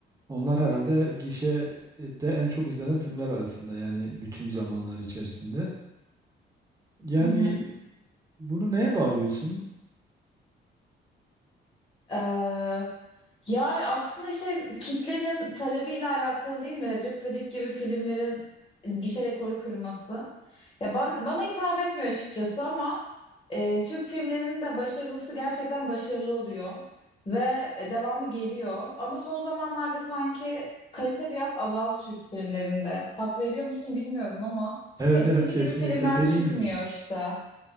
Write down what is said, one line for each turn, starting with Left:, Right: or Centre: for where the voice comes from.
Right: Onlar herhalde gişede en çok izlenen filmler arasında yani bütün zamanlar içerisinde. Yani
Left: Hı hı.
Right: bunu neye bağlıyorsun?
Left: Ee, yani aslında işte kitlenin talebiyle alakalı değil mi? Recep İvedik gibi filmlerin gişe rekoru kırması. Ya ben, bana hitap etmiyor açıkçası ama e, Türk filmlerinin de başarılısı gerçekten başarılı oluyor. Ve e, devamı geliyor. Ama son zamanlarda sanki kalite biraz azaldı Türk filmlerinde. Hak veriyor musun bilmiyorum ama
Right: Evet
Left: eskisi
Right: evet kesinlikle
Left: gibi filmler
Right: dediğin
Left: çıkmıyor
Right: gibi.
Left: işte.